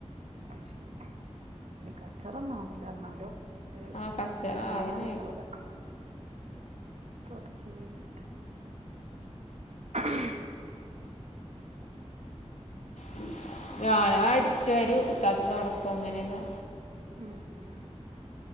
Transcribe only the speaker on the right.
അയ് ശെരി ഇന്റെ കച്ചറൊന്നും ആഊല എന്നാലും ഒര്
സമാധാനിണ്ടാവൂല
തൊടച്ചില്ലെങ്കി <unintelligible>
ഉം ഉം